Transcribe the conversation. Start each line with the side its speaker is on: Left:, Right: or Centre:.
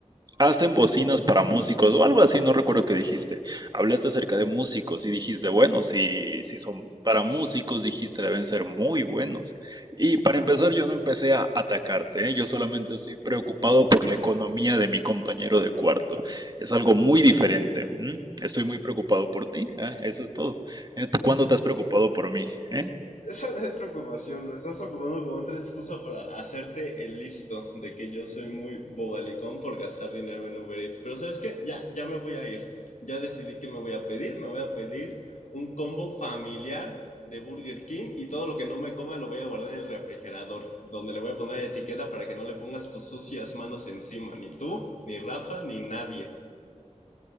Right: hacen bocinas para músicos o algo así, no recuerdo qué dijiste. Hablaste acerca de músicos y dijiste, bueno, si, si son para músicos, dijiste, deben ser muy buenos. Y para empezar, yo no empecé a atacarte, ¿eh? Yo solamente estoy preocupado por la economía de mi compañero de cuarto. Es algo muy diferente. ¿m? Estoy muy preocupado por ti, ¿eh? Eso es todo. ¿Eh? ¿Tú
Left: No
Right: cuándo
Left: es,
Right: te has preocupado por mí? ¿Eh?
Left: Esa no es preocupación, lo estás ocupando como otra excusa para hacerte el listo de que yo soy muy bobalicón por gastar dinero en Uber Eats. Pero ¿sabes qué? Ya, ya me voy a ir. Ya decidí que me voy a pedir. Me voy a pedir un combo familiar de Burger King y todo lo que no me coma lo voy a guardar en el refrigerador, donde le voy a poner etiqueta para que no le pongas tus sucias manos encima. Ni tú, ni Rafa, ni nadie.